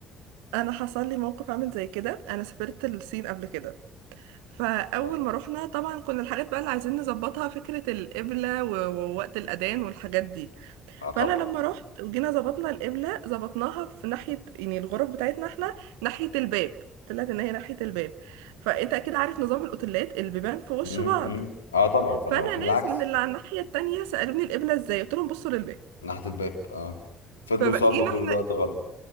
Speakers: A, on the right; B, on the left.
A: انا حصل لي موقف عامل زي كده انا سافرت الصين قبل كده فاول
B: طيب.
A: ما رحنا طبعا كنا الحاجات بقى اللي عايزين نظبطها فكره القبله و- ووقت الاذان والحاجات دي
B: اه طبعا
A: فانا لما رحت وجينا ظبطنا القبله ظبطناها في ناحيه يعني الغرف بتاعتنا احنا ناحيه الباب طلعت ان هي ناحيه الباب فانت اكيد عارف نظام الاوتيلات البيبان في وش
B: امم
A: بعض
B: اه طبعا فلو
A: فانا
B: المفروض
A: ناس
B: العكس
A: من اللي على الناحيه التانيه سالوني القبله ازاي قلت لهم بصوا للباب
B: ناحيه الباب اه فضلوا
A: فبقينا
B: يصلوا طول
A: احنا
B: الوقت غلط